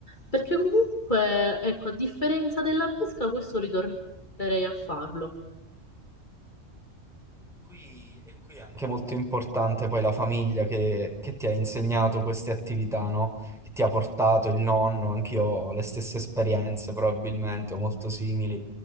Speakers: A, on the left; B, in the centre.
A: perché comunque, ecco, a differenza della pesca, questo ritornerei a farlo.
B: Che è molto importante poi la famiglia che, che ti ha insegnato queste attività, no? Che ti ha portato il nonno, anch'io ho le stesse esperienze probabilmente, o molto simili